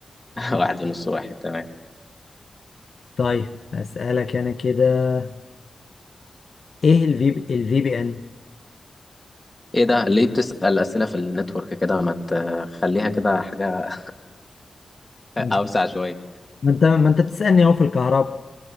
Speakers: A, on the left (about 25°); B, on the left (about 65°).
A: <laughs> واحد ونص واحد تمام
B: طيب أسألك أنا كده إيه الفي بي الفي بي إن؟
A: إيه ده ليه بتسأل أسئلة في النتورك كده ما تخليها كده حاجة
B: ما
A: أوسع شوية
B: أنت ما أنت بتسألني أهو في الكهرباء